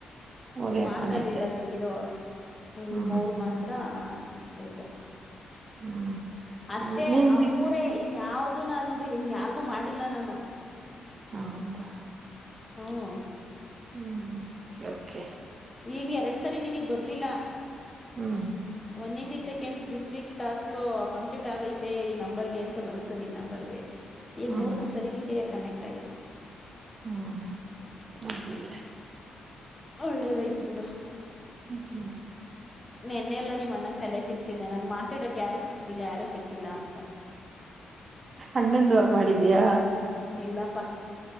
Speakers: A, on the right; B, on the left.
A: ಹೊಗೆ ಹಾಕೊಂಡೈತೆ
B: ಮಾತಾಡಿಲ್ಲ ಜಿರೋ ಇನ್
A: ಹ್ಮ್
B: ಮೂರ್
A: ಹ್ಮ್
B: ಮಾತ್ರ. ಹೈತೆ.
A: ಹ್ಮ್
B: ಅಷ್ಟೇ
A: ಹಂಗ ನಿಂದಿ
B: ಆ ಮೂರೆ ಇನ್ ಯಾವ್ದ. ಅದು ನಂದು ಇನ್ ಯಾರ್ಗು ಮಾಡಿಲ್ಲ ನಾನು.
A: ಹೌದಾ
B: ಹ್ಮ್
A: ಹ್ಮ್ ಓಕೆ ಓಕೆ
B: ಈಗ್ ಎರಡ್ ಸರಿ ನಿನಗ್ ಬರ್ಲಿಲ್ಲ
A: ಹ್ಮ್
B: ಒನ್ನೇ twenty seconds this week task complete ಆಗೈತೆ ಈ ನಂಬರ್ಗೆ ಅಂತ ಬಂತು ನಿನ್ ನಂಬರ್ಗೆ. ಈಗ
A: ಹ್ಮ್
B: ಮೂರನೇ ಸರಿಗಕ್ಕೆ ಕನೆಕ್ಟ್ ಟ್ಟ್ ಆಯ್ತು.
A: ಹ್ಮ ಹೋಗ್ಲಿ ಬಿಡು
B: ಒಳ್ಳೇದಾಯ್ತು ಬಿಡು.
A: ಹ್ಮ ಹ್ಮ್
B: ನೆನ್ನೆ ಎಲ್ಲಾ ನಿಮ್ ಅಣ್ಣಂಗ ತಲೆ ತಿಂತಿದ್ದೆ ನಂಗೆ ಮಾತಾಡಕ್ ಯಾರು ಸಿಕ್ತಿಲ್ಲ ಯಾರು ಸಿಕ್ತಿಲ್ಲಾ ಅಂತ.
A: ಅಣ್ಣುದು ಮಾಡಿದಯಾ.
B: ಇಲ್ಲಾಪ್ಪಾ